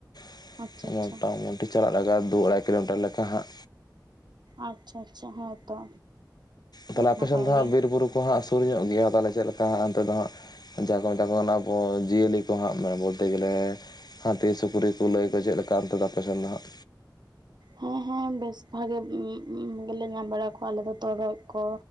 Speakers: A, on the left (about 65°); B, on the right (about 75°).
A: ᱾
B: ᱟᱪᱪᱷᱟ ᱟᱪᱪᱷᱟ
A: ᱢᱚᱴᱟᱢᱚ ᱪᱟᱞᱟᱜ ᱞᱟᱜᱟᱜᱼᱟ ᱫᱩ ᱟᱲᱟᱭ ᱠᱤᱞᱳᱢᱤᱴᱟᱨ ᱞᱮᱠᱟ ᱦᱟᱸᱜ᱾
B: ᱟᱪᱪᱷᱟ ᱟᱪᱪᱷᱟ ᱦᱮᱸ ᱛᱚ᱾
A: ᱛᱟᱦᱞᱮ
B: ᱵᱚᱦᱩᱛ
A: ᱟᱯᱮ
B: ᱱᱟᱯᱟᱭ
A: ᱥᱮᱱ ᱫᱚ ᱦᱟᱸᱜ
B: ᱜᱮ
A: ᱵᱤᱨᱵᱩᱨᱩ ᱠᱚ ᱦᱟᱸᱜ ᱥᱩᱨ ᱧᱚᱜ ᱜᱮᱭᱟ ᱛᱟᱦᱞᱮ ᱪᱮᱫ ᱞᱮᱠᱟ ᱦᱟᱸᱜ ᱚᱱᱛᱮ ᱫᱚ ᱦᱟᱸᱜ ᱡᱟᱦᱟᱸ ᱠᱚ ᱢᱮᱛᱟ ᱠᱚ ᱠᱟᱱᱟ ᱠᱚ ᱡᱤᱭᱟᱹᱞᱤ ᱠᱚ ᱦᱟᱸᱜ ᱢᱟᱱᱮ ᱵᱚᱞᱛᱮ ᱜᱮᱞᱮ ᱦᱟᱹᱛᱤ ᱥᱩᱠᱨᱤ ᱠᱚᱞᱟᱹᱭ ᱠᱚ ᱪᱮᱫ ᱞᱮᱠᱟ ᱚᱱᱛᱮ ᱫᱚ ᱟᱯᱮᱥᱮᱱ ᱫᱚ ᱦᱟᱸᱜ?
B: ᱦᱮᱸ ᱦᱮᱸ ᱵᱮᱥ ᱵᱷᱟᱜᱮ ᱜᱮᱞᱮ ᱧᱟᱢ ᱵᱟᱲᱟ ᱠᱚᱣᱟ ᱟᱞᱮ ᱫᱚ ᱛᱚᱨᱚᱡ ᱠᱚ